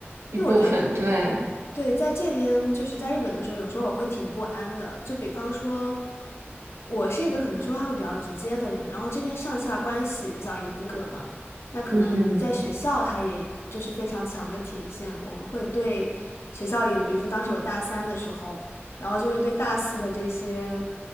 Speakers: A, on the right (about 85°); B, on the left (about 75°).
A: 一部分，
B: 因为我觉得可能
A: 对，
B: 对在这边就是在日本的时候，有时候我会挺不安的，就比方说。我是一个可能说话会比较直接的人，然后这边上下关系比较严格嘛，那可能在学校它也就是非常强的体现。
A: 嗯
B: 我们会对学校里的，比如说当时我大三的时候，然后就会对大四的这些